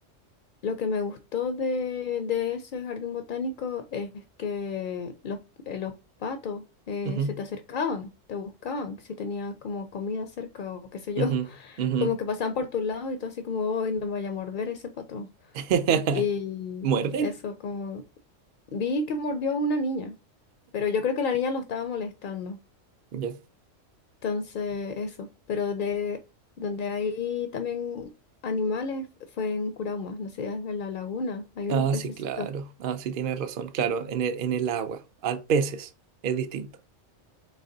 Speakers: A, on the left; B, on the right.
A: Lo que me gustó de, de ese jardín botánico es que los, eh, los patos eh,
B: Ujú.
A: se te acercaban, te buscaban, si tenías como comida cerca o qué sé yo,
B: Ujú,
A: <laughs>
B: ujú.
A: como que pasaban por tu lado y tú así como, hoy no me vaya a morder ese pato.
B: <laughs>
A: Y
B: ¿Muerden?
A: eso como, vi que mordió a una niña, pero yo creo que la niña lo estaba molestando.
B: Ya.
A: Entonces, eso, pero de donde hay también animales fue en Curauma, no sé, en la laguna, hay
B: Ah,
A: unos pececitos.
B: sí, claro. Ah, sí, tienes razón. Claro, en el, en el agua, a peces, es distinto.